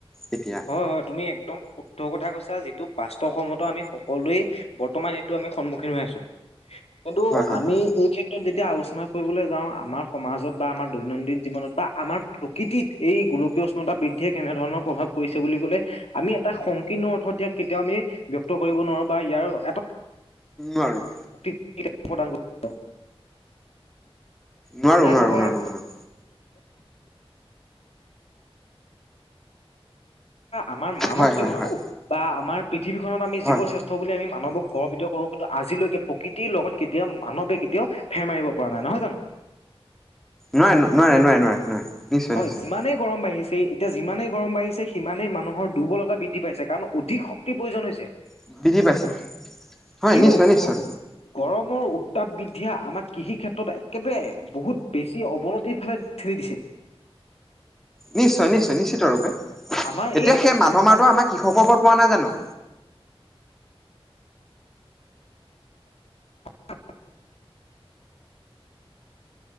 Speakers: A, in the centre; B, on the left.
A: এতিয়া
B: হয় হয় তুমি একদম শুদ্ধ কথা কৈছা যিটো। বাস্তৱ সন্মত আমি সকলোৱে বৰ্তমান এইটো আমি সন্মুখীন হৈ আছো। কিন্তু
A: হয় হয়
B: আমি
A: হয়
B: এই ক্ষেত্ৰত যেতিয়া আলোচনা কৰিবলৈ যাওঁ আমাৰ সমাজত বা আমাৰ দৈনন্দিন জীৱনত বা আমাৰ প্ৰকৃতিত এই গোলকীয় উষ্ণতা বৃদ্ধিয়ে কেনেধৰণৰ প্ৰভাৱ কৰিছে বুলি ক'লে আমি এটা সংকীৰ্ণ অৰ্থত ইয়াক কেতিয়াও আমি ব্যক্ত কৰিব নোৱাৰো বা ইয়াৰ এটা
A: নোৱাৰোঁ।
B: <unintelligible>
A: নোৱাৰোঁ
B: সদায়
A: নোৱাৰোঁ
B: বহল
A: নোৱাৰোঁ
B: আৰু
A: নোৱাৰোঁ।
B: আমাৰ মানৱ
A: হয় হয়
B: জীৱনতো
A: হয়
B: বা আমাৰ পৃথিৱীখনত আমি
A: হয়
B: জীৱ শ্ৰেষ্ঠ বুলি আমি মানৱক গৰ্বিত কৰো কিন্তু আজিলৈকে প্ৰকৃতিৰ লগত কেতিয়াও মানৱে কেতিয়াও ফেৰ মাৰিব পৰা নাই নহয় জানো। <inaudible>
A: নোৱাৰে নোৱাৰে নোৱাৰে নোৱাৰে নোৱাৰে। নিশ্চয়
B: হয়
A: নিশ্চয়
B: যিমানেই গৰম বাঢ়িছে এতিয়া যিমানেই গৰম বাঢ়িছে সিমানেই মানুহৰ দুৰ্বলতা বৃদ্ধি পাইছে কাৰণ অধিক শক্তিৰ প্ৰয়োজন হৈছে।
A: <unintelligible> পাইছে হয়
B: কিনো।
A: নিশ্চয় নিশ্চয়
B: গৰমৰ উত্তাপ বৃদ্ধিয়ে আমাক কৃষি ক্ষেত্ৰত একেবাৰে বহুত বেছি অৱনতিৰ ফালে দিছে।
A: নিশ্চয় নিশ্চয় নিশ্চিত ৰূপে,
B: আমাৰ
A: এতিয়া
B: এই
A: সেই মাধমাৰটো আমাৰ কৃষকৰ ওপৰত পৰা নাই জানো।
B: <inaudible>